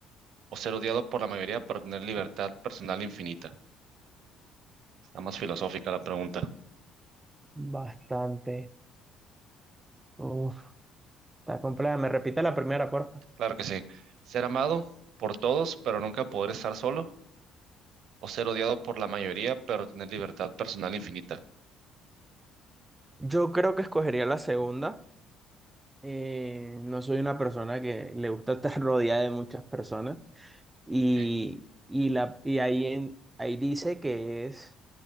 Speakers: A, on the right (about 65°); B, on the right (about 15°).
A: o ser odiado por la mayoría pero tener libertad personal infinita? Está más filosófica la pregunta.
B: Bastante. Uf, está compleja. Me repite la primera, porfa.
A: Claro que sí. Ser amado por todos pero nunca poder estar solo o ser odiado por la mayoría pero tener libertad personal infinita.
B: Yo creo que escogería la segunda. Eh, no soy una persona que le gusta estar <laughs> rodeada de muchas personas. Y,
A: Ok,
B: y, la, y ahí, en- ahí dice que es